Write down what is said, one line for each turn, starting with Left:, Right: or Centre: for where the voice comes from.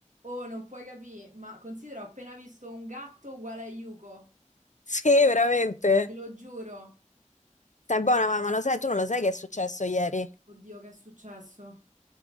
Right: Oh, non puoi capire, ma considera, ho appena visto un gatto uguale a Yuko,
Left: Sì, veramente.
Right: te lo giuro.
Left: Stai buona mamma, lo sai, tu non lo sai che è successo ieri?
Right: Oddio, che è successo?